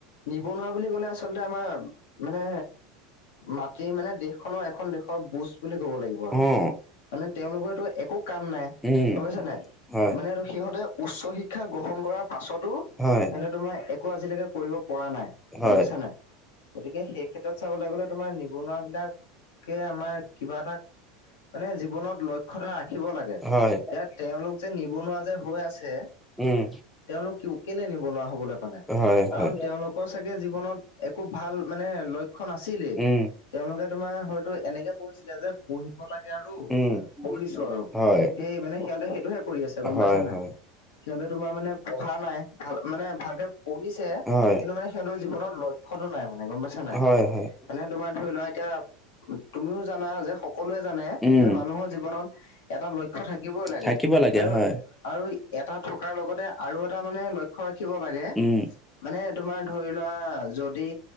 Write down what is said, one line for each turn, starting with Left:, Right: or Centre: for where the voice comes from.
Left: নিবনুৱা বুলি ক'লে আচলতে আমাৰ মানে মাটি মানে, দেশখনৰ এখন দেশৰ বুজ বুলি ক'ব লাগিব আৰু
Centre: অ',
Left: মানে, তেওঁলোকৰটো একো কাম নাই,
Centre: উম,
Left: গম পাইছা নাই।
Centre: হয়।
Left: মানেটো সিহঁতে উচ্চ শিক্ষা গ্ৰহণ কৰাৰ পাছতো,
Centre: হয়।
Left: সিহঁতে তোমাৰ একো আজিলৈকে কৰিব পৰা নাই,
Centre: হয়,
Left: গম পাইছা নাই। গতিকে সেই ক্ষেত্ৰত চাবলৈ গ'লে তোমাৰ নিবনুৱা বিলাক কে আমাৰ কিবা এটা মানে জীৱনত লক্ষয়তা ৰাখিব লাগে
Centre: হয়,
Left: ইয়াত। তেওঁলোক যে নিবনুৱা যে হৈ আছে।
Centre: উম।
Left: তেওঁলোক কেলে নিবনুৱা হবলৈ পালে,
Centre: হয়
Left: কাৰণ
Centre: হয়
Left: তেওঁলোকৰ চাগে জীৱনত একো ভাল মানে লক্ষ্য নাছিলেই,
Centre: উম
Left: তেওঁলোকে তোমাৰ হয়তো এনেকে পঢ়িছিলে যে পঢ়িব লাগে আৰু,
Centre: উম
Left: পঢ়িছো আৰু,
Centre: হয়
Left: সেই মানে সিহঁতে সেইটোহে কৰি আছে গম
Centre: হয়
Left: পাইছা নাই।
Centre: হয়
Left: সিহঁতে তোমাৰ মানে পঢ়া নাই, ভাল মানে ভালকে পঢ়িছে।
Centre: হয়
Left: কিন্তু মানে সিহঁতৰ জীৱনত লক্ষ্যতো নাই মানে গম পাইছা নাই,
Centre: হয় হয়
Left: মানে তোমাৰ ধৰি লোৱা এতিয়া তুমিও জানা যে সকলোৱে জানে,
Centre: উম
Left: যে মানুহৰ জীৱনত এটা লক্ষ্য থাকিবই লাগে।
Centre: থাকিব
Left: আৰু
Centre: হয়
Left: আৰু এটা থকাৰ লগতে আৰু এটা মানে লক্ষ্য ৰাখিব লাগে।
Centre: উম
Left: মানে তোমাৰ ধৰি লোৱা যদি,